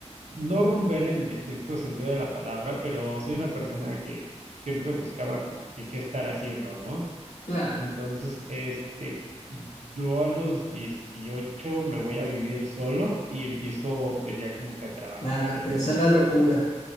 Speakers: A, on the right; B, on the left.
A: no rumbera en el estricto sentido de la palabra, pero soy una persona que siempre buscaba como que qué estar haciendo, ¿no?
B: Claro,
A: Entonces, este, yo a los 18 me voy a vivir solo y empiezo pues ya como que a trabajar
B: claro, empieza
A: y hacer mis,
B: la locura.